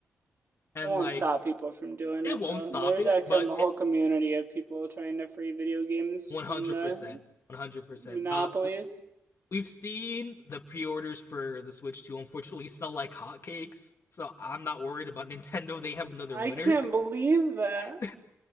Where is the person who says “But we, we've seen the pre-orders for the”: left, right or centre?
Left